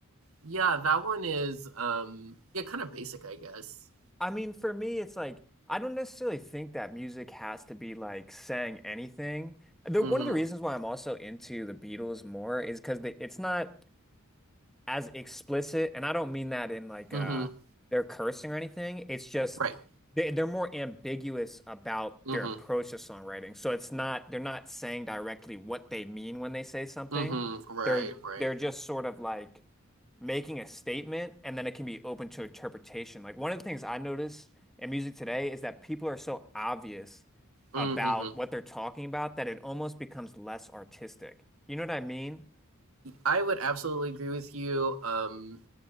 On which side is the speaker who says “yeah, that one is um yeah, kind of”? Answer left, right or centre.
Right